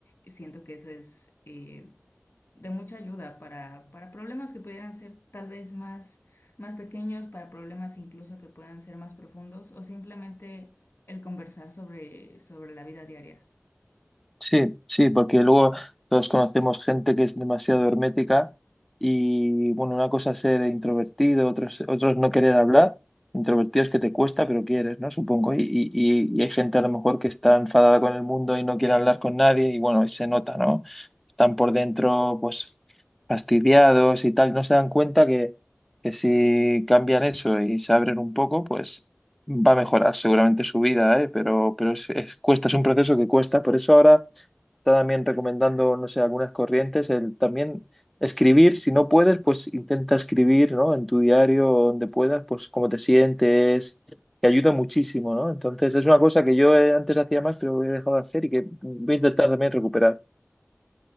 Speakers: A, on the left; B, in the centre.
A: siento que eso es eh, de mucha ayuda para, para problemas que pudieran ser tal vez más, más pequeños, para problemas incluso que puedan ser más profundos o simplemente el conversar sobre, sobre la vida diaria.
B: Sí, sí, porque luego todos conocemos gente que es demasiado hermética y bueno, una cosa es ser introvertido, otros, otros no querer hablar. Introvertido es que te cuesta, pero quieres, ¿no? Supongo. Y, y, y y hay gente a lo mejor que está enfadada con el mundo y no quiere hablar con nadie y bueno, y se nota, ¿no? Están por dentro, pues, fastidiados y tal. No se dan cuenta que, que si cambian eso y se abren un poco, pues va a mejorar seguramente su vida, ¿eh? Pero, pero es, es- cuesta, es un proceso que cuesta. Por eso ahora está también recomendando, no sé, algunas corrientes, el también escribir, si no puedes, pues intenta escribir, ¿no? En tu diario, o donde puedas, pues cómo te sientes, que ayuda muchísimo, ¿no? Entonces, es una cosa que yo eh, antes hacía más, pero he dejado de hacer y que voy a intentar también recuperar.